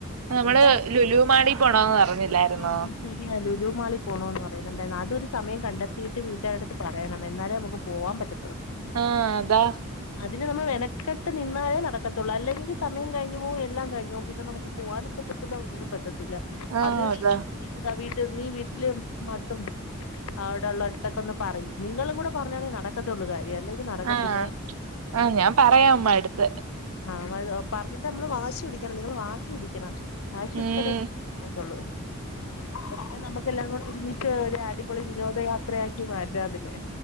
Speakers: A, on the right; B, on the left.
A: നമ്മള്
B: എന്തായാലും
A: ലുലുമാളി പോണോന്ന് പറഞ്ഞില്ലായിരുന്നോ
B: ആഹ് ശരിയാല്ലേ ഇത് മാളി പോണോന്ന് പറയുന്നുണ്ടായിരുന്നു അതൊരു സമയം കണ്ടെത്തീട്ട് വീട്ടുകാരെടുത്ത് പറയണം എന്നാലേ നമുക്ക് പോവാൻ പറ്റ
A: ആഹ് അതാ
B: പിന്നെ നമ്മള് മെനക്കെട്ട് നിന്നാലേ നടക്കത്തുള്ളൂ അല്ലെങ്കി സമയം കഴിഞ്ഞു പോവും എല്ലാം കഴിഞ്ഞു പോവും പിന്നെ നമുക്ക് പോ പോവാനും പറ്റത്തില്ല ഒന്നിനും പറ്റത്തില്ല
A: ആഹ്
B: അത്
A: അതാ
B: ഇവടെ വീ <unintelligible> ഈ വീട്ടില് മടുത്തും അവിടെള്ള അടുത്തൊക്കെ ഒന്ന് പറയ് നിങ്ങളും കൂടെ പറഞ്ഞാെലെ നടക്കത്തുള്ളൂ കാര്യം അല്ലെങ്കിൽ നടക്കത്തില്ല
A: ആഹ് ആഹ് ഞാൻ പറയാ ഉമ്മാടെടുത്ത്.
B: ആഹ് <unintelligible> പറഞ്ഞിട്ട് നമ്മള് വാശി പിടിക്കണം നിങ്ങള് വാശി പിടിക്കണം വാശി പിടിച്ചാലേ
A: ഉം
B: നടക്കത്തൊള്ളൂ <unintelligible> നമുക്ക് എല്ലാം കൂടെ ഒരുമിച്ച് <unintelligible> ഒരു അടിപൊളി വിനോദയാത്രയാക്കി മാറ്റാ അതിനെ